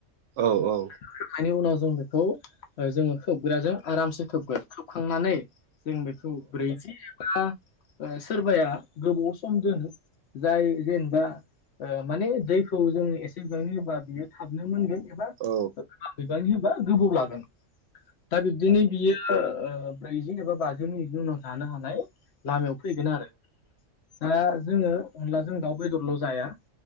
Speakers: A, on the right (about 65°); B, on the left (about 65°).
A: औ औ।
B: खोबनायनि उनाव जों बेखौ जोङो खोबग्राजों आरामसे खोबगोन खोबखांनानै जों बेखौ ब्रैजि एबा सोरबाया गोबाव सम दोनो जाय जेनेबा माने दैखौ जों एसे बिबांनि होबा बियो हाबनो मोनगोन एबा
A: औ
B: बिबां होबा गोबाव लागोन दा बिब्दिनो बियो ब्रैजि एबा बाजि मिनिटनि उनाव जानो हानाय लामायाव फैगोन आरो दा जोङो अनलाजों दाउ बेदरल' जाया